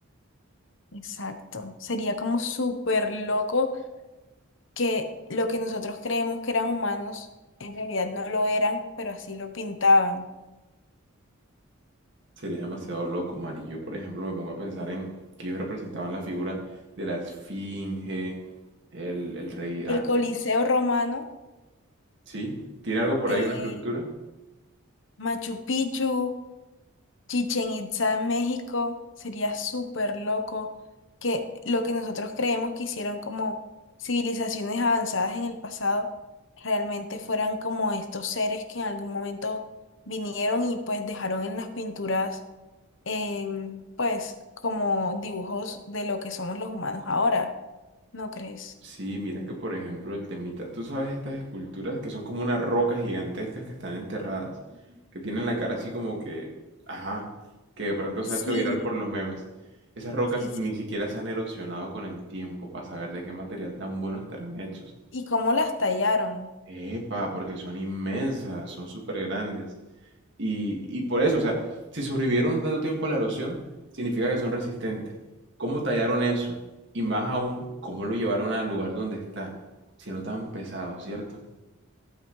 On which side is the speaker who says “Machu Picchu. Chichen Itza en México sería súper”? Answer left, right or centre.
Left